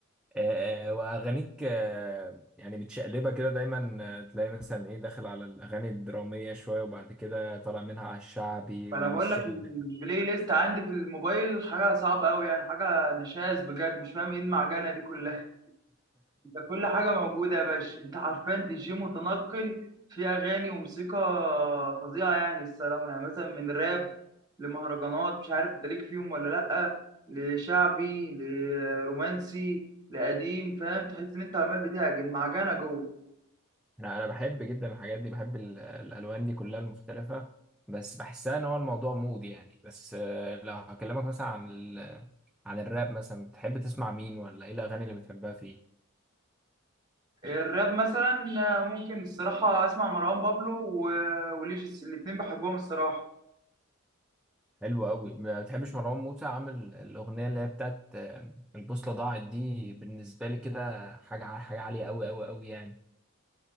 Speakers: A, in the centre; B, on the right.
A: آه، واغانيك آه، يعني متشقلبه كده دايما آه، تلاقي مثلا ايه داخل على الاغاني الدراميه شويه وبعد كده طالع منها على الشعبي
B: فانا
A: ومن
B: بقول
A: الشعبي
B: لك البلاي
A: <laughs>
B: ليست عندي في الموبايل حاجه صعبه قوي يعني حاجه نشاز بجد مش فاهم ايه المعجنه دي كلها انت كل حاجه موجوده يا باشا انت عارفان دي جي متنقل في اغاني وموسيقى فظيعه يعني الصراحه يعني مثلا من راب لمهرجانات مش عارف انت ليك فيهم ولا لا لشعبي لرومانسي لقديم فاهم تحس ان انت عمال بتعجن معجنه جوه
A: انا انا بحب جدا الحاجات دي بحب ال- الالوان دي كلها المختلفه بس بحسها ان هو الموضوع مود يعني بس آه، لو هكلمك مثلا عن ال... عن الراب مثلا بتحب تسمع مين ولا ايه الاغاني اللي بتحبها فيه
B: الراب مثلا ممكن الصراحة أسمع مروان بابلو و- وليجيس الاتنين بحبهم الصراحة
A: حلو قوي ما بتحبش مروان موسى عامل الاغنيه اللي هي بتاعت آه، البوصله ضاعت دي بالنسبه لي كده حاجه ع- حاجه عاليه قوي قوي قوي يعني